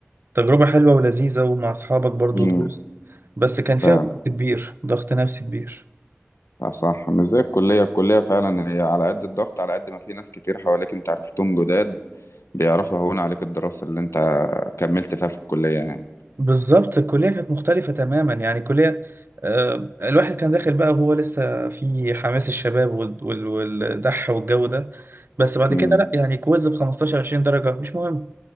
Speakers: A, on the right; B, on the left.
A: تجربة حلوة ولذيذة ومع أصحابك برضو
B: امم
A: تجوز بس كان فيها
B: فعلا
A: ضغط كبير ضغط نفسي كبير
B: آه، صح مش زي الكلية الكلية فعلا هي على قد الضغط على قد ما في ناس كتير حواليك أنت عرفتهم جداد بيعرفوا يهون عليك الدراسة اللي أنت كملت فيها في الكلية يعني
A: بالظبط الكلية كانت مختلفة تماما يعني الكلية آه، الواحد كان داخل بقى وهو لسه في حماس الشباب وال- وال- والدح والجو ده بس بعد
B: امم
A: كده لا يعني كويز ب 15 20 درجة مش مهم